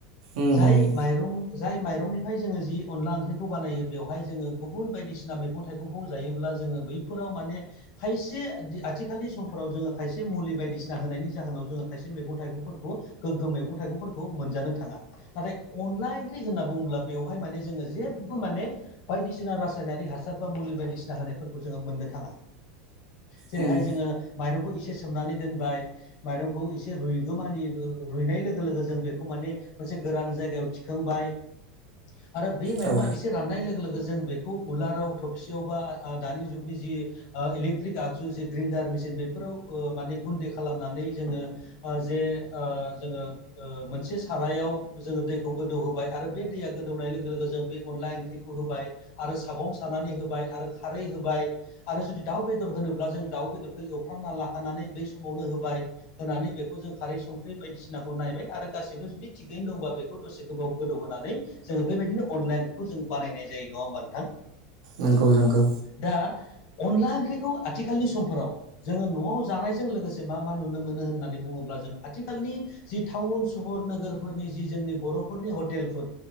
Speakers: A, on the right; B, on the left.
A: उम
B: जाय माइरं जाय माइरंनिफ्राय जोङो जि अनला ओंख्रिखौ बानायो बेवहाय जोङो गुबुन बायदिसि ना मैगं थाइगंखौ जायोब्ला जोङो बैफोराव माने खायसे आथिखालनि समफोराव जोङो खायसे मुलि बायदिसिना होनायनि जाहोनाव जोङो खायसे मैगं थाइगंफोरखौ गोग्गो मैगं थाइगंफोरखौ मोनजानो थाङा नाथाय अनला ओंख्रि होनना बुङोब्ला बेवहाय माने जोङो जेबो माने बायदिसिना रासायनारि हासार बा मुलि बायदिसिना होनायफोरखौ जोङो मोननो थाङा जेरैहाय
A: उम उम
B: जोङो माइरंखौ एसे सोमनानै दोनबाय माइरंखौ एसे रुयगोमानि ओ रुइनाय लोगो लोगो जों बेखौ माने मोनसे गोरान जायगायाव थिखांबाय <inaudible> आरो बे माइरंआ
A: औ
B: एसे राननाय लोगो लोगो जों बेखौ उलाराव थबसियाव बा आ दानि जुग नि जि ओ इलेक्ट्रिक आगजु जि ग्रिन्डार मेसिन बेफोराव माने ओ गुन्दै खालामनानै जोङो ओ जे ओ जोङो ओ मोनसे सारायाव जोङो दैखौ गोदौहोबाय आरो बे दैया गोदौनाय लोगो लोगो जों बे अनला ओंख्रिखौ होबाय आरो सागं सानानै होबाय आरो खारै होबाय आरो जुदि दाउ बेदर होनोब्ला जों दउ बेदरखौ एवफ्रांना लाखानानै बै समावनो होबाय होनानै बेखौ जों खारै संख्रि बायदिसिनाखौ नायबाय आरो गासैबो जुदि थिगैनो दंबा बेखौ दसे गोबाव गोदौ होनानै जोङो बेबायदिनो अनलाइनखौ जोंङो बानायनाय जायो नङा मोनथां
A: नगौ नोंगौ
B: दा अनला ओंख्रिखौ आथिखालनि समफोराव जोङो न'आव जानायजों लोगोसे मा मा नुनो मोनो होननानै बुङोब्ला जों आथिखालनि जि टाउन सहर नोगोरफोरनि जि जोंनि बर'फोरनि हटेलफोर